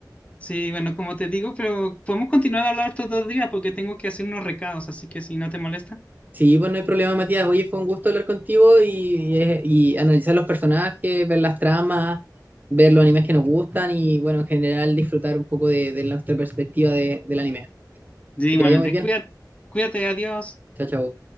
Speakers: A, on the left; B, on the right.
A: Sí, bueno, como te digo, pero podemos continuar a hablar estos dos días porque tengo que hacer unos recados, así que si no te molesta.
B: Sí, pues no hay problema, Matías. Oye, fue un gusto hablar contigo y, y, y analizar los personajes, ver las tramas, ver los animes que nos gustan y, bueno, en general disfrutar un poco de, de nuestra perspectiva de- del anime.
A: Sí,
B: Que
A: igualmente,
B: te vaya muy bien.
A: cuídate, cuídate, adiós.
B: Chao, chao.